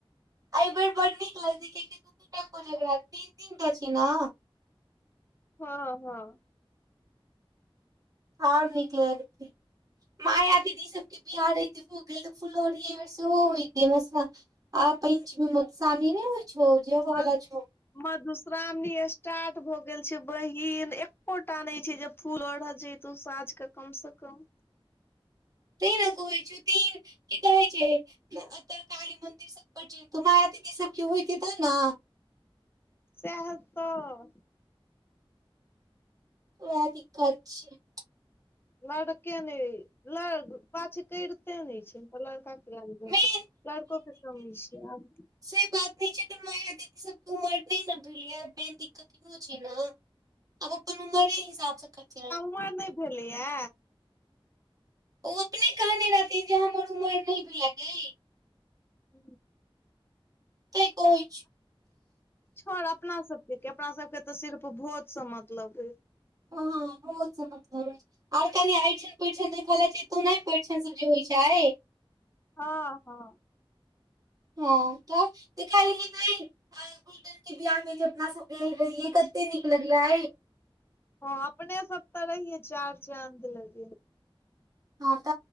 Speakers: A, on the right; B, on the left.
A: एहि बे बड नीक लगत कियकि दूटा को जगहय तीन तीन टा छी ने
B: हँ हँ
A: हर नीक लगते माया दीदी सबके बिहार रही भ काल त फूलो रिये है वरस ओ होई मसा आ पंचमी में मधुश्रावणी नहि हो छौ जो
B: मध
A: वला छौ
B: मधुश्रावणी स्टार्ट भ गेल छै बहिन एकोटा नहि छै जे फूल अढ़ऽ जे तऽ ओ साँझके कमस कम
A: त ने कोइ छ तीन की कहै छै काली मन्दिर से ब तमहरा त सबकी होइत तऽ ने
B: सैह तऽ
A: ओएह दिक ख छै
B: लड़के ने ल पाछ करिते ने छै लड़काेतै
A: मेन
B: लड़कोक के कमी छ आब
A: सही बात नहि छै म दी सबक उमर नहि न भलियै मेन दिक्कत इहो छै ने अब ओ अपन उमरे हिसाबसँ करत रह
B: कमर नहि भेलैया
A: ओ अपने कहने रहथिन जे हमर उमर नय भेले अखेन
B: हूँ
A: त कह
B: छर अपना सबके अपना सबके तऽ सिर्फ भोज से मतलब
A: ह बहुत सम मतलब छै आर कनि अरिन परिषण देख छ तो नहि परिषण सब जे होइत छै
B: हँ हँ
A: हँ त ऽ ख नहि किरण के बियाह में जे अपना सब गेल रहिय कते नीक लगले
B: हँ अपने सब तऽ रहि चार चाँद लगे
A: हँ त